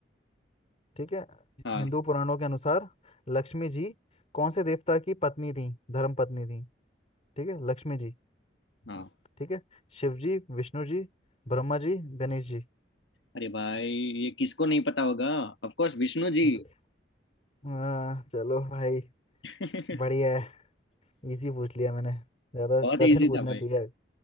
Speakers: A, on the left (about 40°); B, on the left (about 85°).
A: ठीक है
B: हाँ
A: हिंदू पुराणों के अनुसार लक्ष्मी जी कौन से देवता की पत्नी थी धर्म पत्नी थी ठीक है लक्ष्मी जी
B: हाँ
A: ठीक है शिव जी विष्णु जी ब्रह्मा जी गणेश जी
B: अरे भाई ये किसको नहीं पता होगा ऑफ कोर्स विष्णु जी
A: Okay. हाँ चलो भाई
B: <laughs> हाँ,
A: बढ़िया है इजी पूछ लिया मैंने ज्यादा
B: बहुत
A: कठिन
B: इजी
A: पूछना
B: था भाई
A: चाहिए